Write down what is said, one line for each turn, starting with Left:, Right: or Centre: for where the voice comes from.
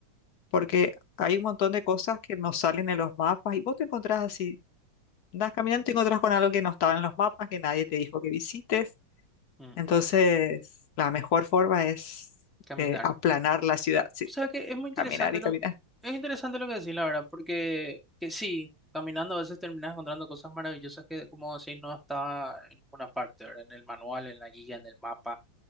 Left: porque hay un montón de cosas que no salen en los mapas y vos te encontrás así, andas caminando y te encontrás con algo que no estaba en los mapas, que nadie te dijo que visites.
Centre: Mm,
Left: Entonces, la mejor forma es
Centre: caminar.
Left: eh, aplanar la ciudad, sí,
Centre: O sea que es muy interesante
Left: caminar y
Centre: lo,
Left: caminar.
Centre: es interesante lo que decís, la verdad, porque que sí, caminando a veces terminas encontrando cosas maravillosas que, como decís, no está en ninguna parte, ¿verdad? En el manual, en la guía, en el mapa